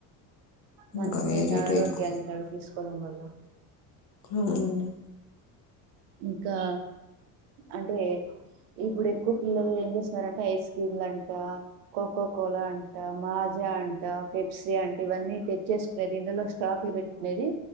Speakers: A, on the right (about 80°); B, on the left (about 65°).
A: మంచిదండి
B: ఇంకా వేరేటివి
A: ఆరోగ్యానికి
B: ఎక్కువ
A: అవి తీసుకోవడం వల్ల.
B: ఉమ్.
A: ఇంకా అంటే. ఇప్పుడు ఎక్కువ పిల్లలు ఏం చేస్తున్నారంటే ఐస్ క్రీమ్ లు అంట కోకో కోలా అంట మజా. మజా అంట పెప్సీ అంట ఇవన్నీ తెచ్చేసుకునేది ఇంట్లాలో స్టాక్లు పెట్టుకునేది.